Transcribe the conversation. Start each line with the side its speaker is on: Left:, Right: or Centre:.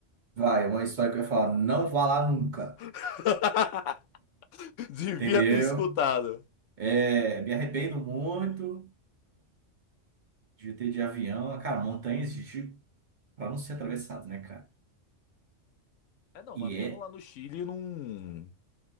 Right: Vai, é uma história que eu ia falar, não vá lá nunca,
Left: <laughs> Devia
Right: entendeu?
Left: ter escutado.
Right: É, me arrependo muito de ter de avião, cara, montanhas de tipo, pra não ser atravessado, né, cara?
Left: É, não,
Right: E
Left: mas mesmo
Right: é,
Left: lá no Chile não,